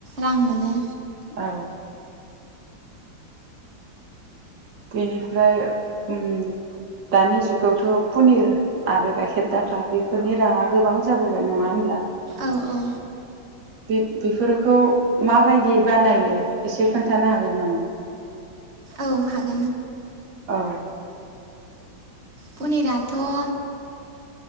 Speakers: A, on the right (about 35°); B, on the right (about 65°).
A: रां मोनो।
B: औ। बेनिफ्राय उम दानि जुगावथ' पनिर आरो गाइखेर दाखा बेफोरनि राङा गोबां जाबोबाय नङा होनब्ला?
A: औ औ।
B: बे बेफोरखौ माबायदि बानायो एसे खोन्थानो हागोन नामा?
A: औ हागो
B: औ।
A: पनिराथ' ओ